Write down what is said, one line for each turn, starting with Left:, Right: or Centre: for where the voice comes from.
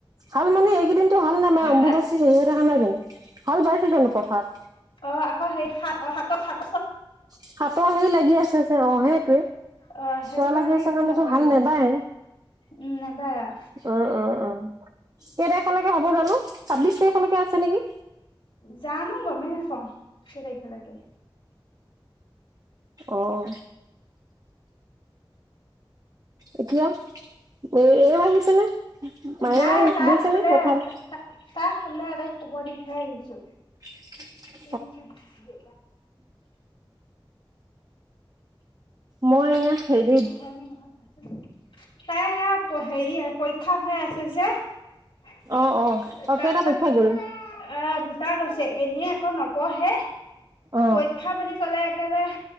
Right: হাল মানে এইকেইদিনটো হাল নাই মানে
Left: হা
Right: অম্বুবাচি
Left: হা
Right: সেৰিযুহ থকা নাই জানো ভাল বাইছে জানো পথাৰত।
Left: অহ, আকৌ সেই সাত অ সাত -সাত।
Right: সাতৰ হেৰি লাগি আছে যে অহ সেটোৱে।
Left: অ' সেইটো
Right: চোৱা লাগি আছে
Left: একো
Right: কাৰণে
Left: নকৰে
Right: তোৰ হাল
Left: এইকেইদিন
Right: নেবাই এনে।
Left: উম নাইবাৰ
Right: অহ - অহ - অহ কেই তাৰিখলৈকে হ'ব জানো? ছাব্বিশ তাৰিখলৈকে আছে নেকি?
Left: জানো গমেই নাপাওঁ। কেই তাৰিখলকে?
Right: অহ। এতিয়া এ- এওঁ আহিছেনে? মাইনা
Left: নাই তাই
Right: গৈছেনে
Left: সুলে
Right: পথাৰলে?
Left: -তাই শুলে তাই শুব দি থাই আহিছো।
Right: <inaudible>
Left: <unintelligible> টো
Right: মই এয়া হেৰিত
Left: হয় নে নহয় চাচোন তাই সেয়া হেৰি পৰীক্ষা হৈ আছে যে <unintelligible>
Right: অ', অ', অ'
Left: তাৰপিছত
Right: কেইটা পৰীক্ষা গ'ল?
Left: এ দুটা গ এনে আকৌ নপঢ়ে
Right: অ',
Left: পৰীক্ষা বুলি কলে একেবাৰে